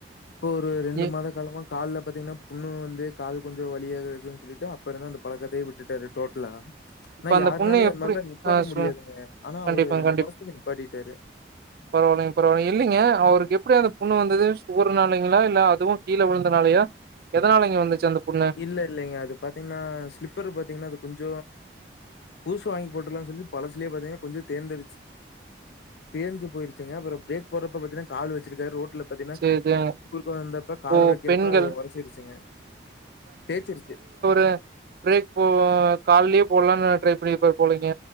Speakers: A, on the left; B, on the right.
A: இப்போ ஒரு ரெண்டு
B: இ
A: மாத காலமா கால்ல பாத்தீங்கன்னா புண்ணு வந்து கால் கொஞ்ச வழியாகுதுன்னு சொல்லிட்டு அப்பற இருந்து அந்த பழக்கத்தையே விட்டுட்டாரு டோட்டலா ஆனா
B: இப்ப அந்த
A: யாருனாலையு
B: பொண்ணு
A: அது
B: எப்டி
A: மாரில்லா நிப்பாட்ட
B: ஆ
A: முடியாதுங்க
B: சொ
A: ஆனா
B: கண்டிப்பாங்க
A: அவரு ரெண்டு மாசத்துக்கு நிப்பாட்டிட்டாரு
B: பரவாயில்லிங்க பரவாயில்லிங்க இல்லிங்க அவருக்கு எப்படி அந்த புண்ணு வந்தது சுகருனாலிங்களா இல்ல அதுவு கீழே விழுந்தனாலயா
A: இ
B: எதனாலங்க வந்துச்சு அந்த புண்ணு
A: இல்ல இல்லங்க அது பாத்தீங்கன்னா ஸ்லிப்பர் பாத்தீங்கன்னா அது கொஞ்ச புதுசு வாங்கி போட்டுலான்னு சொல்லி பழசுலே பாத்தீங்கன்னா கொஞ்ச தேர்ந்துடுச்சு தேஞ்சி போயிருச்சுங்க அப்புற பிரேக் போறப்ப பாத்தீன்னா கால் வச்சிருக்காரு ரோட்ல பாத்தின்னா
B: சேரி சேரி
A: குறுக்க வந்தப்ப கால
B: ஓ
A: வக்கிறப்ப
B: பெண்கள்
A: அது ஒர ச்சுங்க தேச்சிருச்சு
B: ஆ பிரேக் போ கால்லயே போட்லானு ட்ரை பண்ணிருப்பாரு போலீங்க